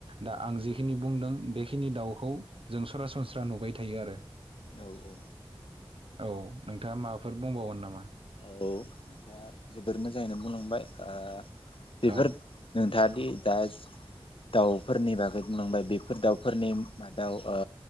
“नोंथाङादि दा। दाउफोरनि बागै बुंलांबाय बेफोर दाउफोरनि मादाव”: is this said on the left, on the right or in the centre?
Left